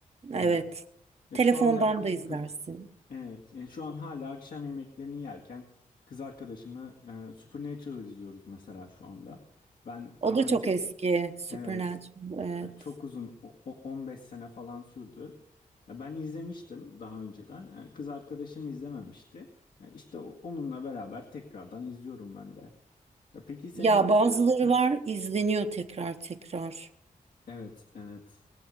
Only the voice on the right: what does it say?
Evet.
Telefondan
da izlersin.
O
da
çok eski. Supernatural.
Evet.
Ya
bazıları
var izleniyor tekrar tekrar.